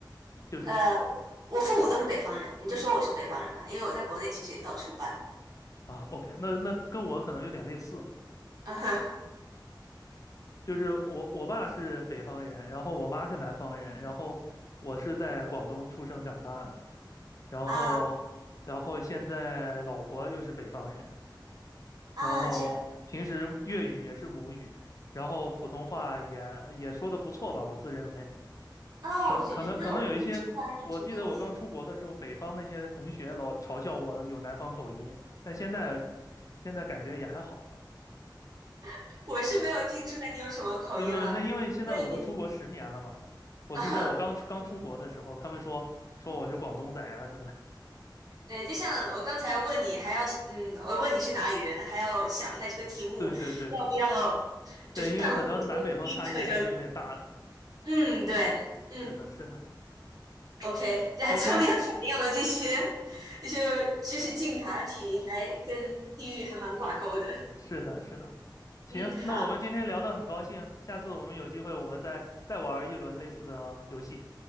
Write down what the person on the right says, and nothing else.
呃，我父母都是北方人，你就说我是北方人吧，因为我在国内其实也到处搬，
嗯哼，
啊啊，
这样
啊，
我觉觉得我听不出来你有什么口音，
<laughs> 我是没有听出来你有什么口音啊。
所以。
<laughs> 啊，哈，
对，就像我刚才问你，还要嗯，我问你是哪里人，还要想一下这个题目要不要，
就是淡化一些地域特征。
嗯，对，嗯
，OK，这还侧面反映了这些这些知识竞答题还跟地域还蛮挂钩的。
嗯，好，